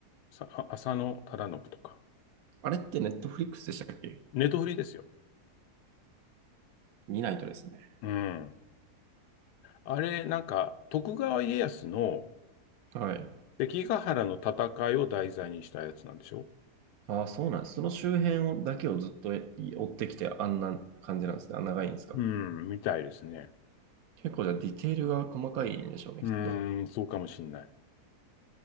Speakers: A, on the left; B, on the right.
A: さ、あ浅野忠信とか。
B: あれってネットフリックスでしたっけ
A: ネトフリですよ。
B: 見ないとですね。
A: うん。あれ、なんか、徳川家康の、
B: はい。
A: 関ヶ原の戦いを題材にしたやつなんでしょ
B: あ、そうなんです。その周辺をだけをずっとえ追ってきてあんな感じなんですね。あ長いんですか
A: うん、みたいですね。
B: 結構じゃあディテールが細かいんでしょうね、
A: うーん、
B: きっと。
A: そうかもしんない。